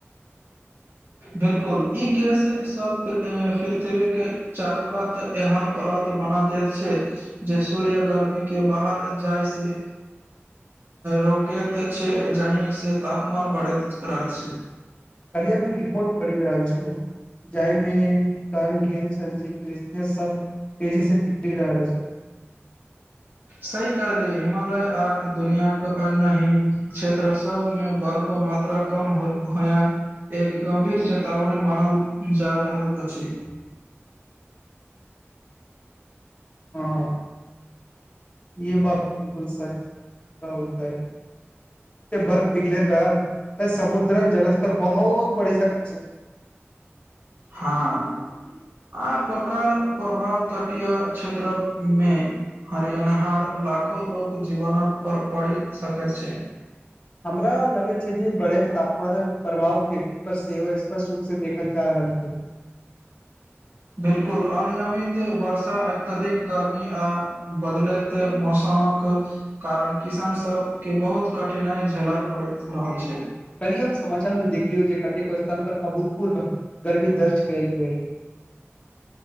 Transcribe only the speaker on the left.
खाली अपने रिपोर्ट पढ़ि रहल छलू। जाहिमे कारण छल, जे्लिय सब तेजी से पगड़ि रहल छै।
हँ, हँ। य बात बकुल सच का होता है। बर्फ पिघले रह। तऽ समुद्रन जलस्तर बहुत बड़ी सकत छै।
हमरा लगैत छै, जे बढ़ैत तापमानक प्रभाव खेती पर सेहो स्पष्ट रूपसँ देखल जा रहल छै।
कली हम समाचार मे देखलियौ जे, कतेको स्थान पर अभूतपूर्व गर्मी दर्ज कयल गेल।